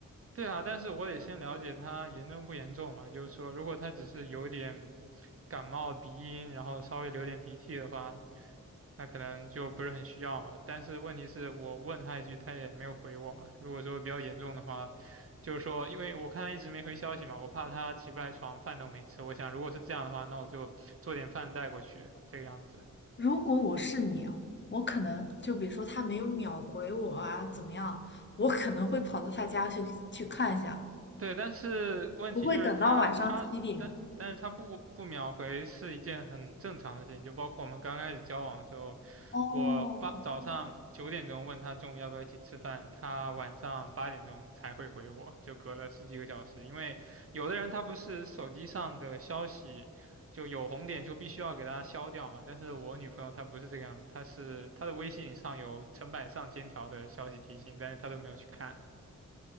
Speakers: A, on the right; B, on the left.
A: 对啊，但是我得先了解他严重不严重嘛，就是说如果他只是有点感冒、鼻音，然后稍微流点鼻涕的话，那可能就不是很需要嘛。但是问题是我问他一句，他也没有回我嘛。如果说比较严重的话，就是说，因为我看他一直没回消息嘛，我怕他起不来床，饭都没吃。我想如果是这样的话，那我就做点饭带过去，这个样子。
B: 如果我是你啊，我可能就比如说他没有秒回我啊，怎么样，我可能会跑到他家去去看一下，
A: 对，但是问题就是他他但但是他不不秒回是一件很正常的事情，
B: 不会等到晚上七点。
A: 就包括我们刚开始交往的时候，
B: 哦，
A: 我八早上九点钟问他中午要不要一起吃饭，他晚上八点钟才会回我，就隔了十几个小时。因为有的人他不是手机上的消息就有红点就必须要给他消掉嘛，但是我女朋友她不是这个样子，她是她的微信上有成百上千条的消息提醒，但是她都没有去看，